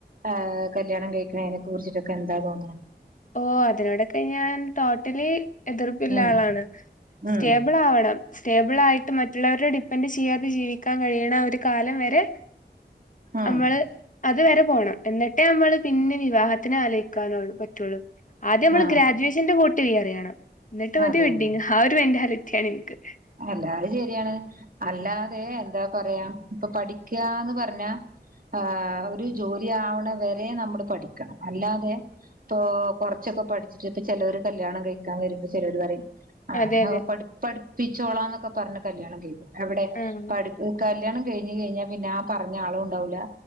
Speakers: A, on the right (about 55°); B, on the left (about 45°).
A: ഏ കല്യാണം കഴിക്ക്ണേനൊക്കെ കുറിച്ചിട്ടൊക്കെ എന്താ തോന്ന്ണെ
B: ഓഹ് അതിനോടൊക്കെ ഞാൻ ടോട്ടലി എതിർപ്പ്ല്ല
A: ഉം
B: ആളാണ്
A: ഉം
B: സ്റ്റേബിളാവണം സ്റ്റേബിളായിട്ട് മറ്റുള്ളവരെ ഡിപ്പെൻഡ് ചെയ്യാതെ ജീവിക്കാൻ കഴിയ്ണ ഒരു കാലം വരെ
A: ആഹ്
B: നമ്മള് അത് വരെ പോണം എന്നിട്ടേ നമ്മള് പിന്നെ വിവാഹത്തിന് ആലോയിക്കാനൊള്ളൂ പറ്റൊള്ളൂ ആദ്യം നമ്മള്
A: ആഹ്
B: ഗ്രാജുവേഷന്റെ കൂട്ട് <unintelligible> അറിയണം ഇന്നെട്ട് മതി
A: അതെ
B: വെഡിങ് ആ ഒര് മെന്റാലിറ്റി ആണ് ഇന്ക്ക്
A: അല്ലാ അത് ശരിയാണ് അല്ലാതെ എന്താ പറയാം ഇപ്പം പഠിക്കാന്ന് പറഞ്ഞാ ആഹ് ഒര് ജോലി ആവ്ണ വരെ നമ്മള് പഠിക്കണം അല്ലാതെ ഇപ്പൊ കൊറച്ചൊക്കെ പഠിച്ചിട്ട് ചെലോര് കല്യാണം കഴിക്കാൻ വര്മ്പോ ചെലോര് പറയും ആഹ്
B: അതെ അതെ
A: <unintelligible> പഠി പഠിപ്പിച്ചോളാന്നൊക്കെ പറഞ്ഞ് കല്യാണം കഴിക്കും എവിടെ
B: ആഹ്
A: പഠി കല്യാണം കഴിഞ്ഞ് കഴിഞ്ഞാ പിന്നെ ആ പറഞ്ഞ ആളും ഉണ്ടാവൂല